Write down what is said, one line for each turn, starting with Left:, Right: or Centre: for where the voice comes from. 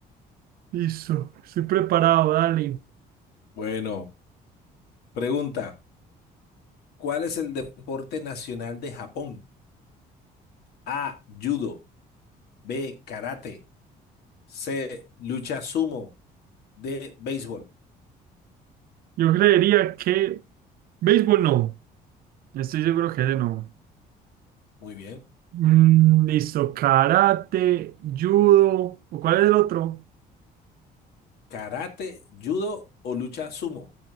Right: Listo, estoy preparado, dale.
Left: Bueno, pregunta, ¿cuál es el deporte nacional de Japón? A, judo. B, karate. C, lucha sumo. D, béisbol.
Right: Yo creería que... Béisbol no, estoy seguro que ese no.
Left: Muy bien.
Right: Mm, listo, karate, judo, ¿o cuál es el otro?
Left: ¿Karate, judo o lucha sumo?